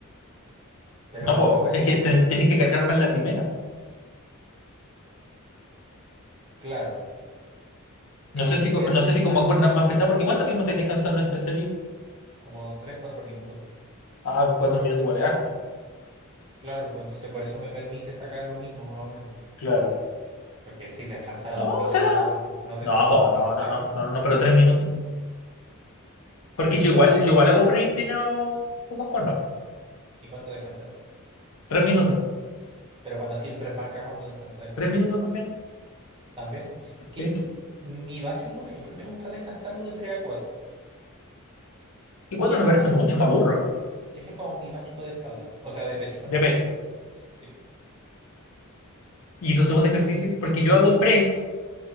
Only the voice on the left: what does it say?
No,
po,
es
que
ten- tenés que cargar más la primera.
No
sé
si, co-
no sé si como acuerdas más pesado, porque ¿cuánto tiempo estás descansando entre series?
Ah, cuatro minutos igual es harto.
Claro.
No,
o sea.
No,
po,
no,
no,
no, no, no, no, pero tres minutos. Porque
yo igual,
yo igual hago preinclinado como cuerno.
Tres minutos.
Tres minutos también.
Sí.
Y cuatro
me
parece mucho, me aburro.
De pecho.
¿Y tu segundo ejercicio? Porque yo hago press.